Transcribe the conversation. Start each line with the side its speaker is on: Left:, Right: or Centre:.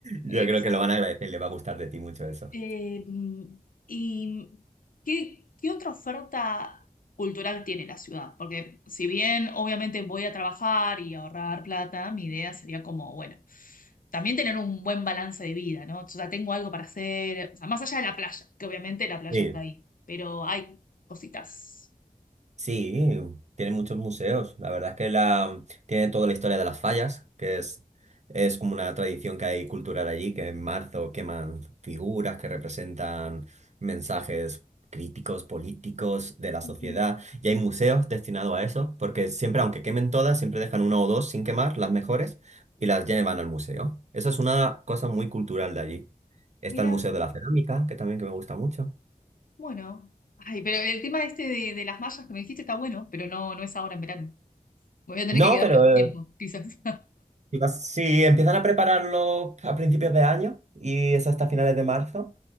Right: Yo
Left: sí,
Right: creo
Left: sí.
Right: que lo van a agradecer y les va a gustar de ti mucho eso.
Left: Eh, ¿y qué, qué otra oferta cultural tiene la ciudad? Porque si bien obviamente voy a trabajar y ahorrar plata, mi idea sería como, bueno, también tener un buen balance de vida, ¿no? O sea, tengo algo para hacer, o sea, más allá de la playa, que obviamente la playa
Right: Sí,
Left: está ahí, pero hay cositas.
Right: sí, tiene muchos museos. La verdad es que la, tiene toda la historia de las fallas, que es, es como una tradición que hay cultural allí, que en marzo queman figuras que representan mensajes críticos, políticos de la sociedad.
Left: Ujú.
Right: Y hay museos destinados a eso, porque siempre, aunque quemen todas, siempre dejan una o dos sin quemar, las mejores, y las llevan al museo. Eso es una cosa muy cultural de allí. Está
Left: Mira,
Right: el Museo de la Cerámica, que también que me gusta mucho.
Left: bueno. Ay, pero el tema este de, de las mallas que me dijiste está bueno, pero no, no es ahora en verano. Me voy a tener
Right: No,
Left: que quedar
Right: pero
Left: más
Right: eh,
Left: tiempo, quizás.
Right: Y vas- Sí, empiezan a prepararlo a principios de año y es hasta finales de marzo.